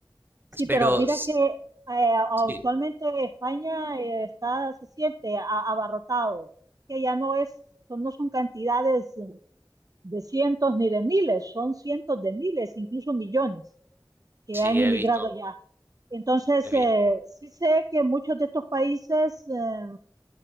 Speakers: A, on the right; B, on the right.
A: Sí,
B: Pero
A: pero mira
B: s-
A: que eh, actualmente
B: sí,
A: España eh, está, se siente a- abarrotado, que ya no es, son- no son cantidades de cientos ni de miles, son cientos de miles, incluso millones. que
B: sí,
A: han inmigrado
B: he visto,
A: ya. Entonces,
B: he visto.
A: eh, sí sé que muchos de estos países, eh,